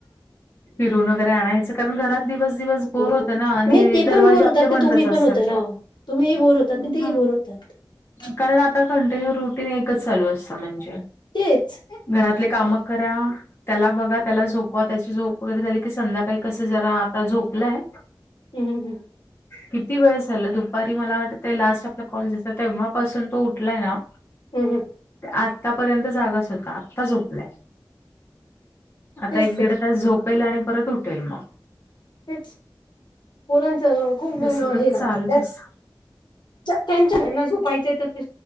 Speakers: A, on the left; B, on the left.
A: फिरून वगैर आणायचं कारण घरात दिवस दिवस बोर
B: नाही
A: होतं ना आणि
B: ते
A: दरवाजे
B: पण बोर
A: आपले
B: होतात
A: बंदच
B: ना तुम्ही
A: असतात.
B: पण होत ना तुम्ही बोर होतात
A: हम्म.
B: तेही बोर होतात ह
A: कारण आता कंटिन्यू रुटीन एकच चालू असत म्हणजे
B: तेच
A: घरातले काम करा त्याला बघा त्याला झोपवा त्याची झोप वगैरे झाली की संध्याकाळी कसं जरा आता झोपलंय
B: हम् हम हम्
A: किती वेळ झालं, दुपारी मला वाटत लास्ट आपल्या कॉलेजचा तेव्हापासून तो उठलाय ना.
B: हम्, हम,
A: ते आतापर्यंत जागाच होता आत्ता झोप- आता
B: तेच
A: एक दीड
B: तर
A: तास झोपेल, आणि परत उठेल मग.
B: तेच, पोरांचं खूप
A: ते सतत
B: हे राहतं.
A: चालूच अस
B: त्यांच्या त्यांना झोपायचे तर